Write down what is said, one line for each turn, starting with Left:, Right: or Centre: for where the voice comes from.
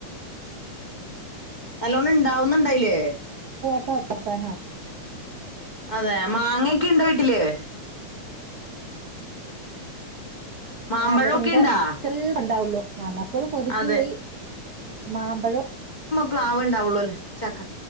Left: നല്ലോണ ണ്ട് ഉണ്ടാവുന്നുണ്ടയ്ല്
Right: പ്പത്താന
Left: അതെ മാങ്ങൊക്കെ ഇ ഇല്ലേ മാമ്പഴൊക്കെ
Right: ആ ണ്ട്
Left: ഇണ്ടാ
Right: ചെറ്ത് ഇണ്ടാവുള്ളൂ നമ്മക്കൊരു കൊതിക്ക്
Left: അതെ
Right: പോയി.. മാമ്പഴോ
Left: പ്ലാവൺ ഉണ്ടാവള്ളൂ അല്ലേ ചക്ക